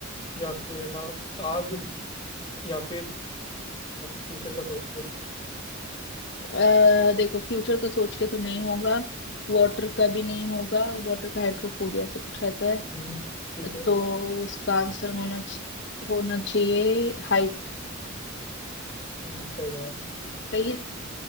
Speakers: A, on the left; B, on the left.
A: या फिर ना आग या फिर फ्यूचर का सोच के
B: अ, देखो फ्यूचर का सोच के तो नहीं होगा वाटर का भी नहीं होगा वाटर का हाइड्रोफोबिया ऐसा कुछ रहता है
A: हम्म, ठीक है
B: तो उसका आंसर होना च- होना चाहिए हाइट
A: हम्म, सही जवाब है
B: सही है